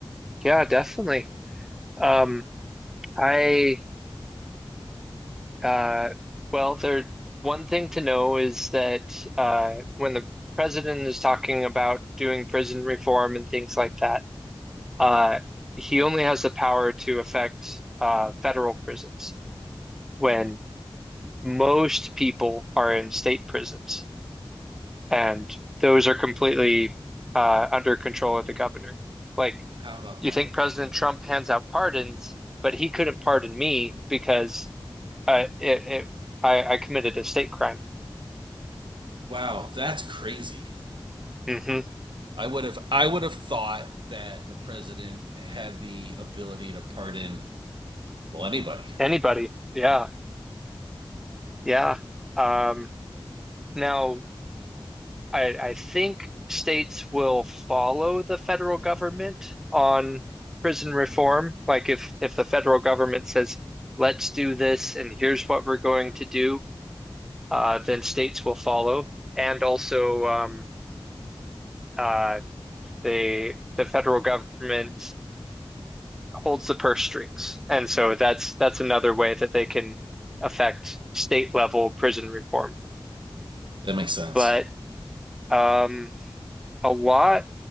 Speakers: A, in the centre; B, on the right.
A: Yeah, definitely. Um, I Uh, well, there one thing to know is that uh, when the president is talking about doing prison reform and things like that, uh, he only has the power to affect uh, federal prisons when
B: Hmm.
A: most people are in state prisons, and those are completely uh, under control of the governor. Like
B: how about
A: you
B: that?
A: think President Trump hands out pardons, but he couldn't pardon me because uh, it, it, I, I committed a state crime.
B: Wow, that's crazy.
A: hmm
B: I would have I would have thought that the president had the ability to pardon well anybody.
A: Anybody. Yeah. Yeah. Um, now, I, I think states will follow the federal government on prison reform. Like if, if the federal government says, let's do this and here's what we're going to do, uh, then states will follow. And also, um, uh, they, the federal government holds the purse strings. And so that's, that's another way that they can affect state level prison reform.
B: That makes sense.
A: But Um, a lot,